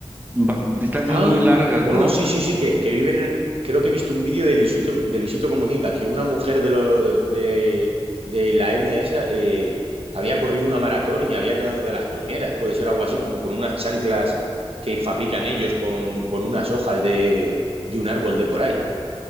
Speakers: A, on the right; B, on the right.
A: bas- distancias
B: Ah,
A: muy largas,
B: bueno,
A: ¿no?
B: sí, sí, sí, que, que viven en- Creo que he visto un vídeo de Luisito, de Luisito Comunica, que una mujer de, lo- de, de la etnia esa eh, había corrido una maratón y había quedado de las primeras. Puede ser algo así, como con unas chanclas que fabrican ellos con, con unas hojas de, de un árbol de por ahí.